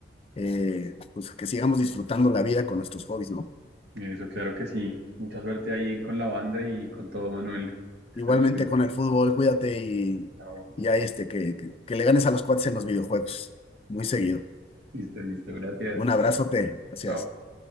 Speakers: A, on the left (about 30°); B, on the right (about 65°).
A: eh, pues que sigamos disfrutando la vida con nuestros hobbies, ¿no?
B: Eso claro que sí, mucha suerte ahí con la banda y con todo, Manuel, que
A: Igualmente
B: estés muy bien.
A: con el fútbol, cuídate y,
B: Chao.
A: y ahí este, que, que, que le ganes a los cuates en los videojuegos, muy seguido.
B: Listo, listo, gracias.
A: Un abrazote, gracias.
B: Chao.